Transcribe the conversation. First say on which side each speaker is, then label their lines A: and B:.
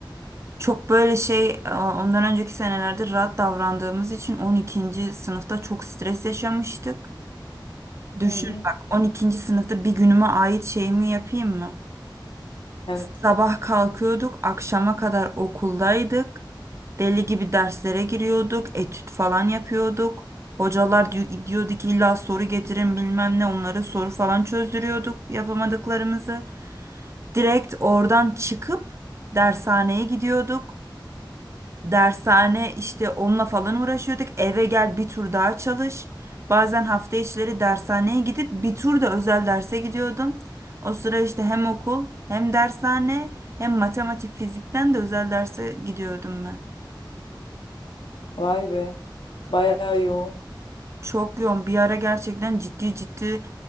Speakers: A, on the right; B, on the left.
A: Çok böyle şey e, ondan önceki senelerde rahat davrandığımız için on ikinci sınıfta çok stres yaşamıştık. Düşün
B: Hı hı.
A: bak on ikinci sınıfta bir günüme ait şeyimi yapayım mı?
B: Evet.
A: Sabah kalkıyorduk, akşama kadar okuldaydık. Deli gibi derslere giriyorduk, etüt falan yapıyorduk. Hocalar diyor, diyordu ki illa soru getirin bilmem ne onları soru falan çözdürüyorduk yapamadıklarımızı. Direkt oradan çıkıp dershaneye gidiyorduk. Dershane işte onunla falan uğraşıyorduk. Eve gel bir tur daha çalış. Bazen hafta içleri dershaneye gidip bir tur da özel derse gidiyordum. O sıra işte hem okul hem dershane hem matematik fizikten de özel derse gidiyordum ben.
B: Vay be. Bayağı yoğun.
A: Çok yoğun bir ara gerçekten ciddi ciddi